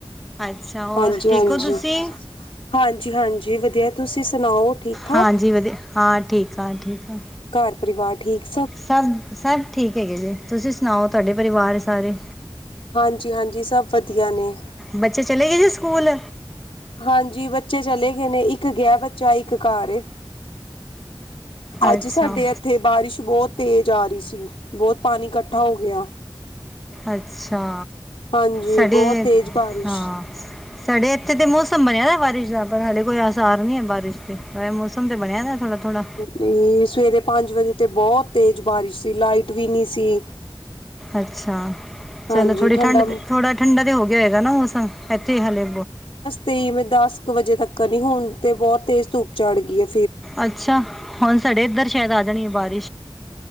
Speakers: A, in the centre; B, on the left (about 75°).
A: ਅੱਛਾ ਹੋਰ
B: ਹਾਂਜੀ
A: ਠੀਕ
B: ਹਾਂਜੀ
A: ਹੋ ਤੁਸੀਂ
B: ਹਾਂਜੀ ਹਾਂਜੀ ਵਧੀਆ ਤੁਸੀਂ ਸੁਣਾਓ ਠੀਕ ਠਾਕ
A: ਹਾਂਜੀ ਵਧੀਆ ਹਾਂ ਠੀਕ ਆ ਠੀਕ ਆ
B: ਘਰ ਪਰਿਵਾਰ ਠੀਕ
A: ਸਭ ਸਭ ਠੀਕ ਹੈਗੇ ਜੀ ਤੁਸੀ ਸੁਣਾਔ, ਤੁਆਡੇ ਪਰਿਵਾਰ ਦੇ ਸਾਰੇ
B: ਹਾਂਜੀ ਹਾਂਜੀ ਸਭ ਵਧੀਆ ਨੇ
A: ਬੱਚੇ ਚਲੇ ਗੇ ਜੀ ਸਕੂਲ?
B: ਹਾਂਜੀ, ਬੱਚੇ ਚਲੇ ਗਏ ਨੇ। ਇੱਕ ਗਿਆ ਬੱਚਾ, ਇੱਕ ਘਾਰ ਏ। ਅੱਜ
A: ਅੱਛਾ
B: ਸਾਡੇ ਇੱਥੇ ਬਾਰਿਸ਼ ਬਹੁਤ ਤੇਜ਼ ਆ ਰਹੀ ਬਹੁਤ ਪਾਣੀ ਇਕੱਠਾ ਹੋ ਗਿਆ
A: ਅੱਛਾ
B: ਹਾਂਜੀ
A: ਸਾਡੇ
B: ਬਹੁਤ ਤੇਜ਼ ਬਾਰਿਸ਼
A: ਹਾਂ ਸਾਡੇ ਇੱਥੇ ਦੇ ਮੌਸਮ ਬਣਿਆ ਦਾ ਬਾਰਿਸ਼ ਨਾ ਪਰ ਹਾਲੇ ਕੋਈ ਆਸਾਰ ਨੀ ਬਾਰਿਸ਼ ਮੈਂ ਮੌਸਮ ਤੇ ਬਣਿਆ ਨਾ ਥੋੜਾ ਥੋੜਾ
B: ਤੇ ਸਵੇਰੇ ਵਜੇ ਤੇ ਬਹੁਤ ਤੇਜ਼ ਬਾਰਿਸ਼ ਤੇ ਲਾਈਟ ਵੀ ਨਹੀਂ ਸੀ
A: ਅੱਛਾ ਚਲੋ
B: ਹਾਂਜੀ
A: ਥੋੜੀ
B: ਠੰਡਾ
A: ਠੰਡ ਥੋੜਾ ਠੰਡਾ ਤੇ ਹੋ ਗਿਆ ਹੋਏਗਾ ਨਾ ਮੌਸਮ ਇੱਥੇ ਹਾਲੇ
B: ਤੇ ਮੈਂ ਦਸ ਕੁ ਵਜੇ ਤੱਕ ਕਰਨੀ ਹੁਣ ਤੇ ਬਹੁਤ ਤੇਜ਼ ਧੁੱਪ ਚੜ ਗਈ ਆ
A: ਅੱਛਾ ਹੁਣ ਸਾਡੇ ਇਧਰ ਸ਼ਾਇਦ ਆ ਜਾਣੀ ਬਾਰ